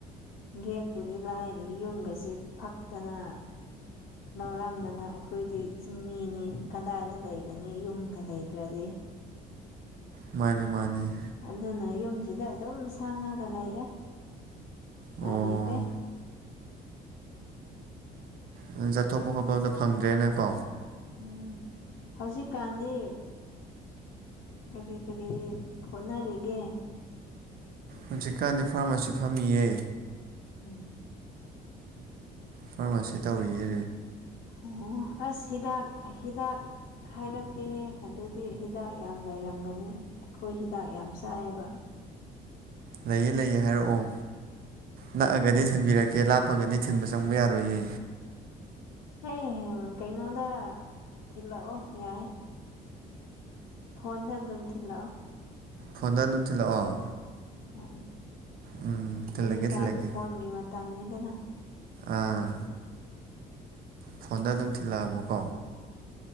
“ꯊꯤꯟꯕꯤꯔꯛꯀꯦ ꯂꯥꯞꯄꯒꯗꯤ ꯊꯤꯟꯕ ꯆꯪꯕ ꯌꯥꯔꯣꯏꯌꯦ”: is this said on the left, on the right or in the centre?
Right